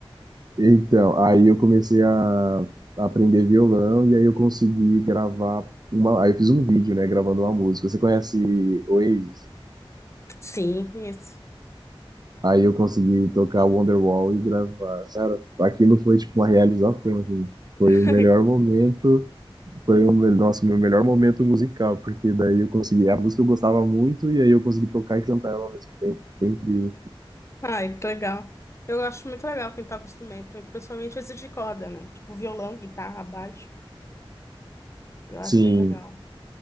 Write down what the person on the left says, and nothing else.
Sim, conheço.
<laughs>
Ai, que legal. Eu acho muito legal quem toca instrumento, principalmente esse de corda, né? Tipo violão, guitarra, baixo. Eu acho
bem legal.